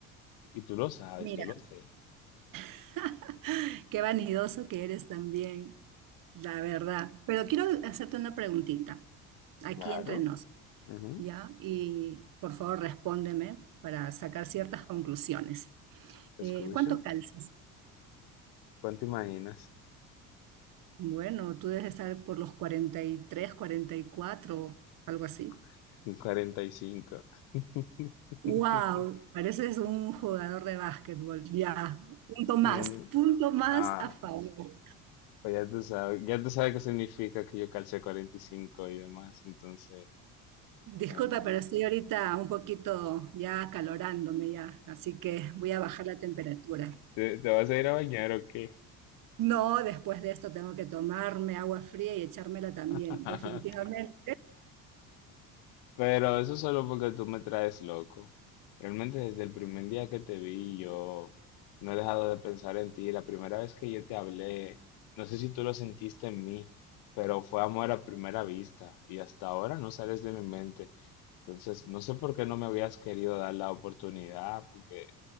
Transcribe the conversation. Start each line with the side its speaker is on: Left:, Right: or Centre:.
Left: Y tú lo sabes,
Right: Mira.
Left: yo lo sé.
Right: <laughs> Qué vanidoso que eres también, la verdad. Pero quiero hacerte una preguntita, aquí
Left: Claro.
Right: entre nos,
Left: ujú,
Right: ¿ya? Y por favor respóndeme para sacar ciertas conclusiones.
Left: Te
Right: Eh,
Left: escucho.
Right: ¿cuánto calzas?
Left: ¿Cuánto imaginas?
Right: Bueno, tú debes estar por los cuarenta cuarenta y tres, cuarenta y cuatro, algo así.
Left: <laughs> 45. <laughs>
Right: ¡Wow! Pareces un jugador de básquetbol. Ya, punto más,
Left: Mm,
Right: punto más
Left: Ah,
Right: a favor.
Left: pues ya tú sabes, ya tú sabes qué significa que yo calcé 45 y cinco y demás, entonces,
Right: Disculpa,
Left: em,
Right: pero estoy ahorita un poquito ya acalorándome ya, así que voy a bajar la temperatura.
Left: ¿te, te vas a ir a bañar o qué?
Right: No, después de esto tengo que tomarme agua fría y echármela también.
Left: <laughs>
Right: Definitivamente
Left: Pero eso solo porque tú me traes loco. Realmente desde el primer día que te vi, yo no he dejado de pensar en ti. La primera vez que yo te hablé, no sé si tú lo sentiste en mí, pero fue amor a primera vista y hasta ahora no sales de mi mente. Entonces, no sé por qué no me habías querido dar la oportunidad, porque